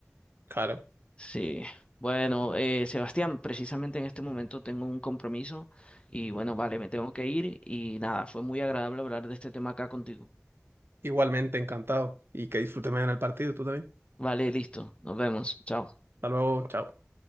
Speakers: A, on the right (about 50°); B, on the left (about 20°).
A: claro.
B: Sí. Bueno, eh, Sebastián, precisamente en este momento tengo un compromiso y bueno, vale, me tengo que ir y nada, fue muy agradable hablar de este tema acá contigo.
A: Igualmente, encantado. Y que disfrutes mañana el partido, tú también.
B: Vale, listo. Nos vemos. Chao.
A: Hasta luego, chao.